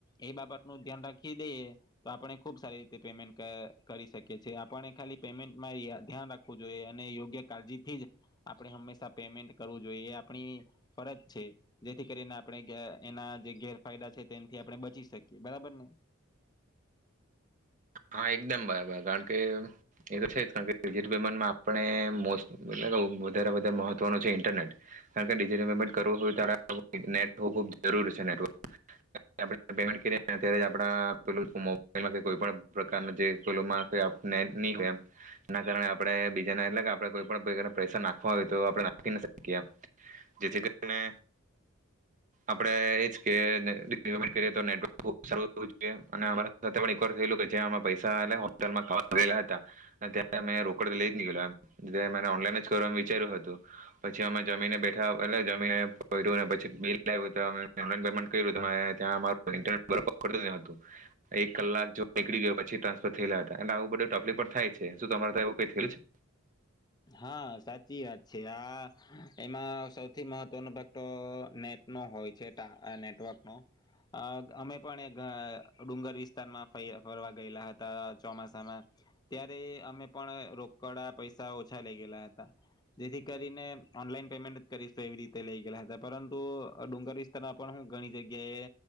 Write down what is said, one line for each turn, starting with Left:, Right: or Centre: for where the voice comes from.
Left: એ બાબતનું ધ્યાન રાખી દઈએ તો આપણે ખુબ સારી રીતે પેમેન્ટ કરી શકીએ છીએ, આપણે ખાલી પેમેન્ટમાં ધ્યાન રાખવું જોઈએ અને યોગ્ય કાળજીથી જ આપણે હંમેશા પેમેન્ટ કરવું જોઈએ એ આપણી ફરજ છે જેથી કરીને આપણે એના જે ગેરફાયદા છે તેથી આપણે બચી શકીએ બરાબર ને.
Right: હા એકદમ બરાબર કારણ કે એ તો છે જ કારણ કે ડિજિટલ પેમેન્ટમાં આપણે મોસ્ટ વધારે વધારે મહત્વનો છે ઇન્ટરનેટ કારણ કે ડિજિટલ પેમેન્ટ કરવું હોય તો નેટ હોવું ખૂબ જરૂરી છે નેટવર્ક આપણે પેમેન્ટ કરીએ અ્યારે આપણા પે મોબલમાં કે કોઈ પણ પ્રકાર ન જેલો હશે આપણે ની મેળ એમ ઘણાય આપડે બીજા ને એટલે આપ કોઈ પણ પ્રકાર પૈસા નાખવા હોય તો આપણે નાખી શકીએ જેથી કરી અને આપડે એ જ કે ને નેટવર્ક બવ સારું જોઈએ અને અમારા સાથે પણ એક વાર થયેલું કે પૈસા એટ હોલમાં કેલા હતા ત અમે રોકડ લઈ જ નીકળ ઓનલાઈન જ કરવા વિચાર્યું હતું પછી અમે જમીને બેઠા એટલે જમીને પ્યું પછી બિલ્યું અમે ઓનલાઈન પેમેન્ટ કર્યું ત્યાં અમારું ન્ટરનેટ બર પકડતું ન હતું એક કલાક જો નીકળી ગયો પછી ટ્રાન્સફર થયેલા હતા અને આવું બધું તફલી પણ થાય છે શું તમારે સાથે એવુ કાય થયેલું છે.
Left: હા સાચી વાત. છે આ એમાં સૌથી મહત્વનો ભાગ તો નેટ નો હોય છે નેટવર્ક નો અમે પણ એક ડુંગર વિસ્તારમાં ફ ફરવા ગયેલા હતા ચોમાસામાં ત્યારે અમે પણ રોકડા પૈસા ૈ ઓછા લઈ ગયલા હતા જેથી કરીને ઓનલાઈન પેમેન્ટ જ કરીશ એવી રીતે લઈ ગયલા હતા પરંતુ ડુંગર વિસ્તારમાં પણ હું ઘણી જગ્યાએ